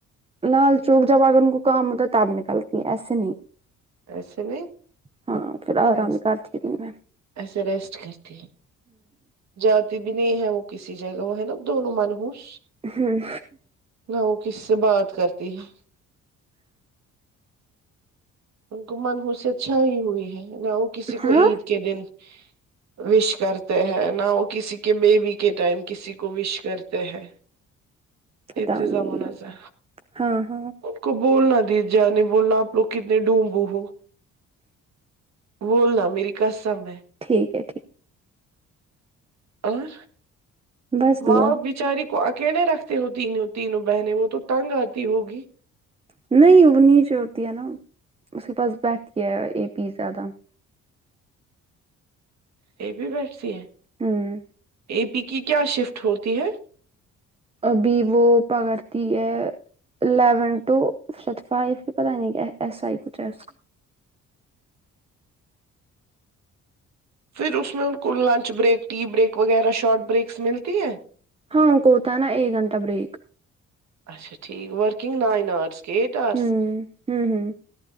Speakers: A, on the right; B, on the right.
A: لال چوک جب آگن کو کام ہوتا ہے تب نکلتی ایسے نہیں
B: ایسے نہیں
A: ہاں پھر آرام
B: ایسے
A: کرتی رہی میں
B: ایسے ریسٹ کرتی جاتی نہیں ہے وہ کسی جگہ وہ ہے نا دونوں منہوس
A: ہوں
B: نہ وہ کس سے بات کرتی ہے ان کو منہوسیت چھائے ہوئی ہے نہ وہ کسی کو
A: ہاں
B: عید کے دن وش کرتے ہیں نہ وہ کسی کے بیبی کے ٹائم کسی کو وش کرتے ہیں
A: پتا
B: ارتوزا
A: نہیں
B: منازا
A: ہاں ہاں
B: کو بولنا دی جانی بولنا آپ لوگ کتنے ڈمبو ہو بولنا میری کسم ہے
A: ٹھیک ہےٹھیک
B: اور
A: بس
B: ماؤ
A: دعا
B: بچاری کو اکیلے رکھتے سے وہ تین تینوں بہنے وہ تو تنگ آتی ہوگی
A: نہیں وہ نیچے ہوتی ہے نا اس کے پاس بیٹھتی ہے اے پی زیادہ
B: یہ بھی بیٹھتی ہے
A: هم
B: اے پی کی کیا شفٹ ہوتی ہے
A: ابھی وہ پکڑتی ہے الیون ٹو شفٹ فائیو ہی پتہ نہیں کہ ایس آئی کچھ ہے اس کا
B: پھر اس میں ان کو لنچ بریک ٹی بریک وغیرہ شارٹ بریکس ملتی ہے
A: ہاں کوتا نا ایک گھنٹا بریک
B: اچھا ٹھیک ورکنگ نائن آرس کے ایٹ ارس
A: ہوں ہوں ہوں